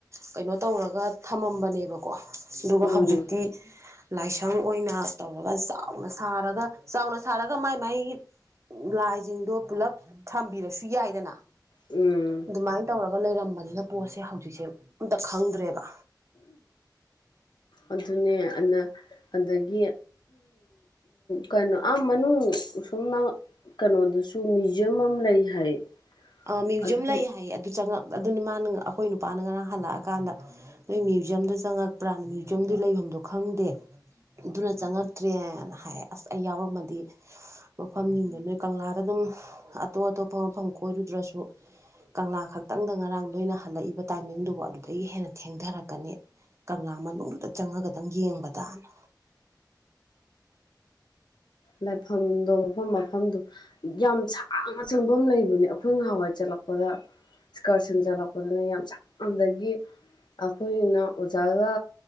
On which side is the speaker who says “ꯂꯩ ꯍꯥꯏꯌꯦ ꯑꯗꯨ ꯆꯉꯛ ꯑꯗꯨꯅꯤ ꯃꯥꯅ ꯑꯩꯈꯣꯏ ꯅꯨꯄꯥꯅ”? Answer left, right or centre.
Right